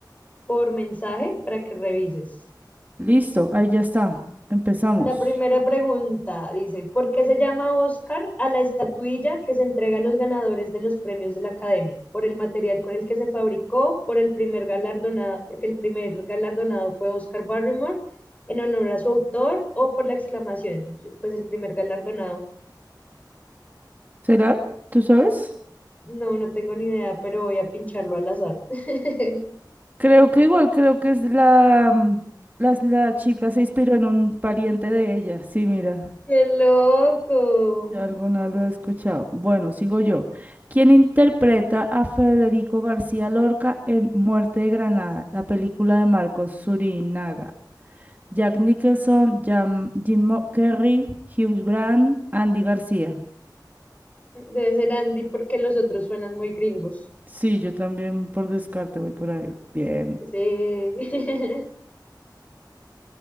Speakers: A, on the left; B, on the right.
A: por mensaje para que revises.
B: Listo, ahí ya está. Empezamos.
A: La primera pregunta dice, ¿por qué se llama Oscar a la estatuilla que se entrega a los ganadores de los premios de la Academia? ¿Por el material con el que se fabricó? ¿Por el primer galardonado? Porque el primer galardonado fue Oscar Barrymore en honor a su autor o por la exclamación, pues el primer galardonado
B: ¿Será? ¿Tú sabes?
A: No, no tengo ni idea, pero voy a pincharlo al azar. <laughs>
B: Creo que igual, creo que es la, mm, las- la, chica se inspiró en un pariente de ella. Sí, mira,
A: ¡Qué loco!
B: ya alguna lo he escuchado. Bueno, sigo yo. ¿Quién interpreta a Federico García Lorca en Muerte de Granada, la película de Marcos Surinaga? Jack Nicholson, Jam- Jim Mo- Carrey, Hugh Grant, Andy García.
A: Debe ser Andy porque los otros suenan muy gringos.
B: Sí, yo también por descarte voy por ahí. Bien,
A: Sí. <laughs>